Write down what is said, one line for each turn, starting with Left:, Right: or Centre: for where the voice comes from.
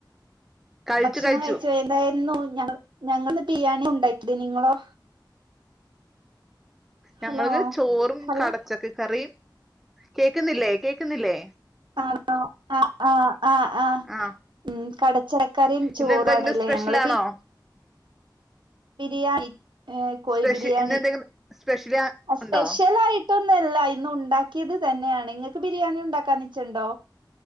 Centre: കഴിച്ചു
Right: ഭക്ഷണം
Centre: കഴിച്ചു
Right: കയ്ച്ചു എന്തായിരുന്നു ഞ ഞങ്ങൾന്ന് ബിരിയാണി ഉണ്ടാക്കിത് നിങ്ങളോ
Centre: ഞങ്ങള്ത്
Right: ഹലോ
Centre: ചോറും
Right: ഹലോ
Centre: കടച്ചക്ക കറിയും കേക്ക്ന്നില്ലേ കേക്കാന്നില്ലേ
Right: ആഹ് ആഹ് ആഹ ആഹ് ആഹ്
Centre: ആ
Right: ഉം കടച്ചക്കറിയും ചോറുവാണല്ലേ
Centre: ഇന്ന് എന്തെങ്കിലും സ്പെഷ്യൽ
Right: ഞങ്ങള്
Centre: ആണോ
Right: ബിരിയാണി ഏ കോഴ
Centre: സ്പെഷ്യൽ
Right: ബിരിയാണി
Centre: ഇന്ന് എന്തെങ്കിലും സ്പെഷ്യൽ ഉണ്ടോ
Right: സ്പെഷ്യൽ ആയിട്ട് ന്നല്ല ഇന്ന് ഉണ്ടാക്കിയത് തന്നെയാണ് നിങ്ങൾക്ക് ബിരിയാണി ഉണ്ടാക്കാന്ന്ച്ചുണ്ടോ